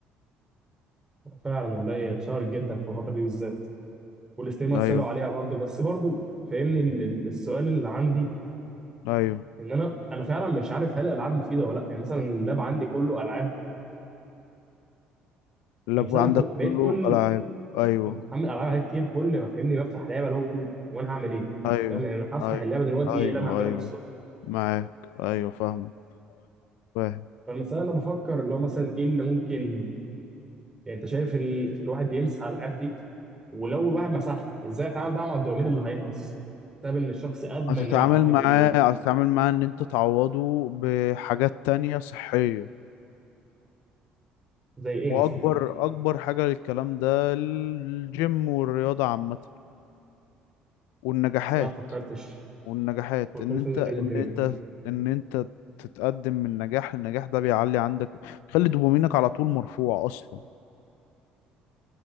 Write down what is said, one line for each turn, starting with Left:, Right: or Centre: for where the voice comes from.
Right: فعلا والله اتشهرت جدا في الفتره دي بالذات والاثنين مثلوا
Left: ايوه
Right: عليها برضو بس برضو فاهمني ال- ال- السؤال اللي عندي
Left: ايوه
Right: ان انا انا فعلا مش عارف هل الالعاب مفيده ولا لا يعني مثلا اللاب عندي كله العاب
Left: اللاب
Right: مثلا
Left: عندك
Right: انا كو-
Left: كله
Right: بقيت كل
Left: العاب ايوه
Right: أما محمل العاب عليه كتير كل ما فاهمني بفتح لعبه اللي هو بقول وانا هعمل ايه
Left: ايوه
Right: فاهم يعني انا هفتح
Left: ايوه
Right: اللعبه دلوقتي
Left: ايوه
Right: ايه اللي انا هعمله
Left: ايوه
Right: بالظبط
Left: معاك ايوه فاهم فاهم
Right: فالمساله انا بفكر اللي هو مثلا ايه اللي ممكن يعني انت شايف ان الواحد يمسح الالعاب دي ولو الواحد مسحها ازاي اتعامل بقى مع الدوبامين اللي هينقص بسبب ان الشخص ادمن
Left: هتتعامل
Right: إنه يلعب العاب دي
Left: معاه
Right: كل يوم
Left: هتتعامل معاه ان انت تعوضه بحاجات تانية صحية
Right: زي ايه
Left: واكبر
Right: مثلا
Left: اكبر حاجه للكلام ده الجيم والرياضه عامه والنجاحات
Right: بس انا ما فكرتش
Left: والنجاحات
Right: فكرتش
Left: ان انت
Right: انزل
Left: ان
Right: جيم قبل كده
Left: انت ان انت تتقدم من نجاح لنجاح ده بيعلي عندك بيخلي دوبامينك على طول مرفوع اصلا